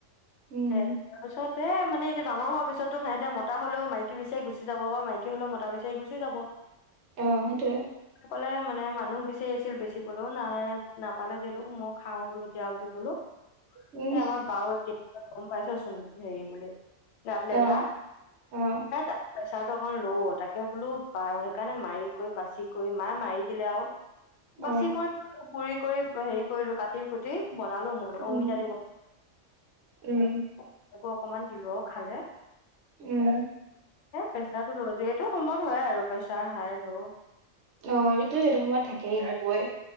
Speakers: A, on the right (about 65°); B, on the left (about 65°).
A: উম
B: সেই তাৰপিছত সে মানে এতিয়া ডাঙৰ হোৱা পিছতো সিহঁতে মতা হলেও মাইকী বিচাৰি গুচি যাব বা মাইকী হলেও মতা বিচাৰি গুচি যাব
A: অহ। সেইটোৱে।
B: কলে মানে মানুহ বিচাৰিছিল বেছি চিবলৈও নাই নাপালে যিহেতু মই খাওঁ বোলো দিয়া বুলি কলো
A: উম
B: এই আমাৰ বা গম পাইছচোন হেৰি বুলি গাতলেথা
A: অ অ
B: হে তা প্ৰেচাৰটো অকন ল' তাকে বোলো বা সেইকাৰণে মাৰি কৰি বাচি কৰি মায়ে মাৰি দিলে আৰু বাছি
A: অ
B: কৰিলো পুৰি কৰি হেৰি কৰিলো কাটি গুটি বনালো মই
A: উম
B: অমিতা দি বনালো
A: উম
B: অকমান। দিলো খালে এ
A: উম
B: প্ৰেচাৰটো নলও যে সেটো সমত হয় আৰু প্ৰেছাৰ হাই ল'।
A: অ এইতো সেইটো সময়ত থাকেই হবই